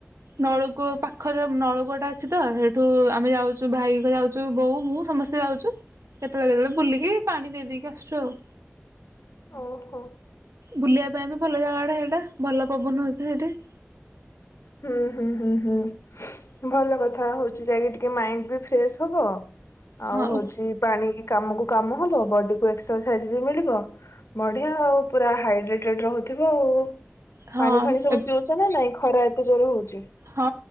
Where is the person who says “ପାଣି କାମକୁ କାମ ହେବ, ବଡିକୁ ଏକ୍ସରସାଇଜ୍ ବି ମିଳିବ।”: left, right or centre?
Left